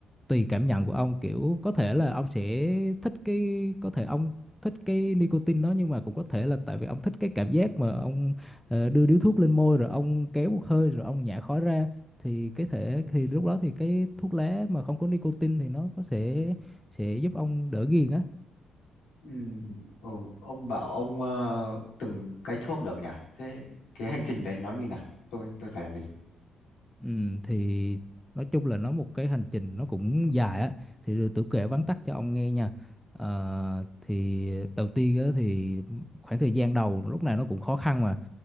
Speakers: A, in the centre; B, on the left.
A: tùy cảm nhận của ông kiểu có thể là ông sẽ thích cái có thể ông thích cái nicotine đó nhưng mà cũng có thể là tại vì ông thích cái cảm giác mà ông ờ, đưa điếu thuốc lên môi rồi ông kéo một hơi rồi ông nhả khói ra thì cái thể thì lúc đó thì cái thuốc lá mà không có nicotine thì nó có sẽ sẽ giúp ông đỡ ghiền á
B: Ừ, ừ, ông bảo ông ờ, từng cái thuốc được nhỉ? Thế cái hành trình đấy nó như nào? Tôi tôi phải làm gì?
A: Ừm, thì nói chung là nó một cái hành trình nó cũng dài á thì rồi tôi kể vắn tắt cho ông nghe nha Ờ, thì đầu tiên á, thì khoảng thời gian đầu lúc nào nó cũng khó khăn mà